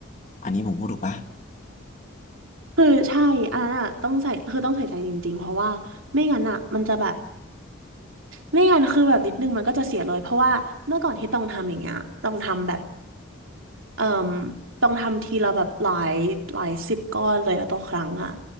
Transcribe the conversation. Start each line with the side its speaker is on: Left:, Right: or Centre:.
Left: อันนี้ผมพูดถูกปะ
Right: คือใช่อันนั้นอะต้องใส่คือต้องใส่ใจจริงๆเพราะว่าไม่งั้นอะมันจะแบบไม่งั้นคือแบบนิดนึงมันก็จะเสียเลยเพราะว่าเมื่อก่อนที่ต้องทำอย่างเงี้ยต้องทำแบบ เอ่มต้องทำทีละแบบหลายหลายสิบก้อนเลยอะต่อครั้งอะ